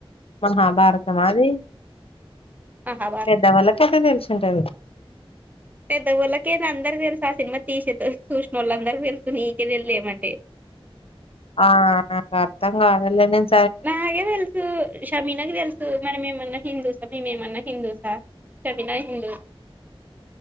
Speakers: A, on the left; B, on the right.
A: మహాభారత మాది
B: మహాభారతం
A: పెద్ద వాళ్లకయితే తేలుసు ఉంటది
B: పెద్దవాళ్లకయితే అందరికి తేల్సు ఆ సినిమా తిషేట్ చూసినోళ్లందరికి తేల్సు నీకే తేలియలే ఎమంటే.
A: ఆ నాకు అర్థం కాదల్లె నేన్
B: నాగే తెల్సు ఇష్ కమీనాకు తెలుసు మనం ఏమన్నా హిందూసా మేమేమన్నా హిందూసా స్టఫినయి హిందూ